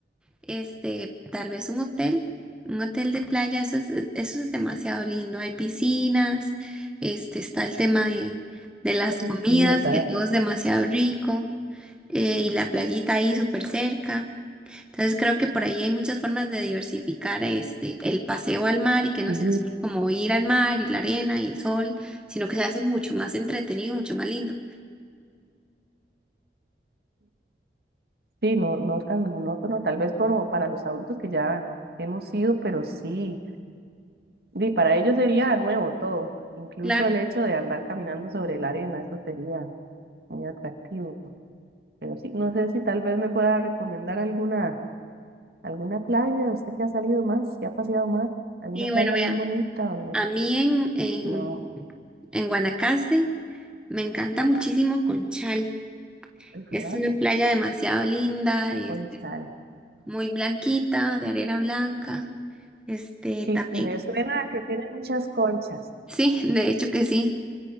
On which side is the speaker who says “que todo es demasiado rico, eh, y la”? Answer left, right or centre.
Centre